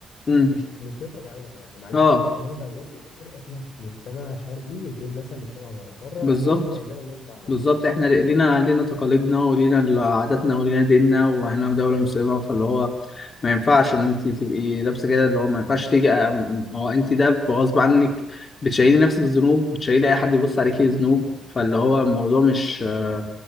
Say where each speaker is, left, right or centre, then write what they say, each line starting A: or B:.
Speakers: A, on the left (about 40°); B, on the left (about 70°).
A: امم
B: مش مش لطبعنا يعني معلش
A: اه
B: اصل احنا هنرجع ونقول في الاخر احنا في مجتمع شرقي غير مثلا مجتمع بره بره
A: بالظبط
B: اعملي اللي انت عايزاه ملناش دعوه
A: بالظبط احنا لينا لينا تقاليدنا ولينا عاداتنا ولينا ديننا واحنا دولة مسلمة فاللي هو ما ينفعش ان انت تبقي لابسة كده اللي هو ما ينفعش تيجي أم- هو انت ده غصب عنك بتشيلي نفسك ذنوب بتشيلي اي حد يبص عليكي ذنوب فاللي هو الموضوع مش آه،